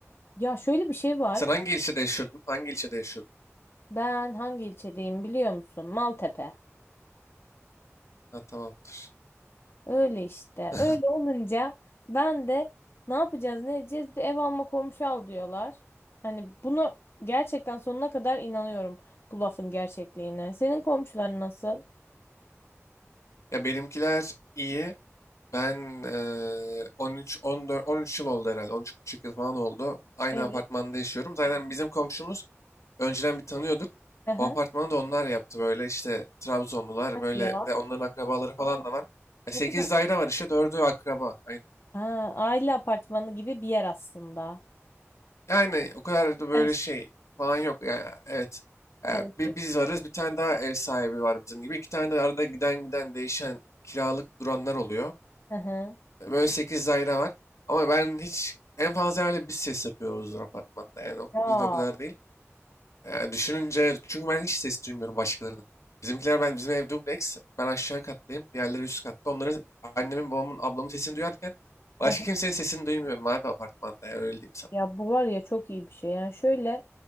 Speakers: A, on the left; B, on the left.
A: Ya şöyle bir şey var.
B: Sen hangi ilçede yaşıyordun? Hangi ilçede yaşıyordun?
A: Ben hangi ilçedeyim biliyor musun? Maltepe.
B: Ha, tamamdır.
A: Öyle işte.
B: <laughs>
A: Öyle olunca ben de ne yapacağız ne edeceğiz bir de ev alma komşu al diyorlar. Hani bunu gerçekten sonuna kadar inanıyorum bu lafın gerçekliğine. Senin komşuların nasıl?
B: Ya benimkiler iyi. Ben eee 13 14 13 yıl oldu herhalde. 13 buçuk yıl falan oldu. Aynı
A: Evet.
B: apartmanda yaşıyorum. Zaten bizim komşumuz Önceden bir tanıyorduk.
A: Aha.
B: O apartmanı da onlar yaptı böyle işte Trabzonlular
A: Hadi
B: böyle
A: ya.
B: bir de onların akrabaları falan
A: Aa,
B: da var. 8
A: ne kadar?
B: daire var işte dördü akraba. Aynen.
A: Ha, aile apartmanı gibi bir yer aslında.
B: Yani o kadar da böyle
A: Karışık.
B: şey falan yok. Yani evet. E,
A: Karışık.
B: bir biz varız bir tane daha ev sahibi var bizim gibi. İki tane de arada giden giden değişen kiralık duranlar oluyor.
A: Hı hı.
B: E, Böyle 8 daire var. Ama ben hiç en fazla herhalde biz ses yapıyoruzdur apartmanda. Yani o-
A: Ya.
B: bizde o kadar değil. Ee, düşününce çünkü ben hiç ses duymuyorum başkalarının. Bizimkiler ben bizim ev dubleks. Ben aşağı kattayım. Diğerleri üst katta. Onların annemin, babamın, ablamın sesini duyarken başka
A: Hı hı.
B: kimsenin sesini duymuyorum abi apartmanda. Yani öyle diyeyim sana.
A: Ya bu var ya çok iyi bir şey. Yani şöyle